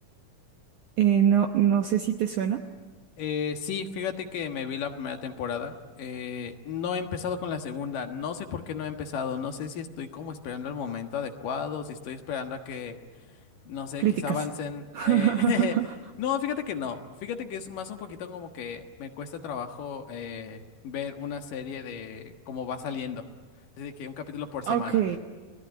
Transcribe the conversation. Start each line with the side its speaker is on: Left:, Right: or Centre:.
Right: Eh, no, no sé si te suena.
Left: Eh, sí, fíjate que me vi la primera temporada. Eh, no he empezado con la segunda. No sé por qué no he empezado. No sé si estoy como esperando el momento adecuado, si estoy esperando a que No sé,
Right: Críticas.
Left: quizá avancen.
Right: <laughs>
Left: eh, <laughs> No, fíjate que no. Fíjate que es más un poquito como que me cuesta trabajo eh, ver una serie de cómo va saliendo. Así de que un capítulo por
Right: Ok,
Left: semana.